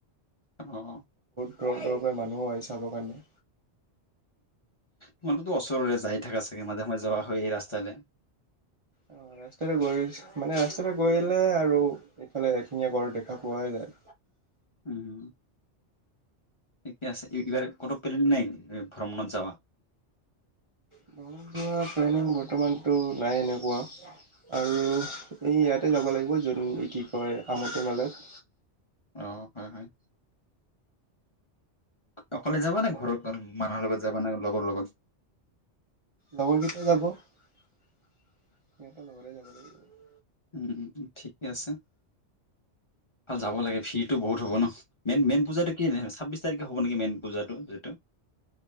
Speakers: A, on the left; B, on the right.
A: অ
B: দূৰক দুৰৱকৈ মানুহো আহি চাবৰ কাৰণে।
A: তোমালো ওচৰৰে যায় থাকা চাগে মাজে মাজে যোৱা হয় এই ৰাস্তাৰে
B: অ ৰাস্তাতে গৈ মানে ৰাস্তাতে গৈলে আৰু ইফালে এশিঙীয়া গড়ৰ দেখা পোৱাই যায়
A: উম এই আছে এইবাৰ ক'তো পেলেণ্ট নাই ভ্ৰমনত যাৱা
B: <unintelligible> প্লেনিং <unintelligible> বৰ্তমানতটো নাই এনেকুৱা। আৰু এই ইয়াতে যাব লাগিব যত এ কি কয় আমটি মেলাত।
A: অ হয় হয়। অকলে যাবা নে ঘৰৰ কনো মানুহৰ লগত যাবা নে লগৰ লগত?
B: লগৰকেইটা যাব। সিহঁতৰ লগৰে যাব লাগিব।
A: উম ঠিকে আছে। ভাল যাব লাগে ভিৰটো বহুত হ'ব ন? মেন- মেন পূজাটো কি এনে হয়? ছাব্বিছ তাৰিখে হ'ব নেকি মেইন পূজাটো যিটো।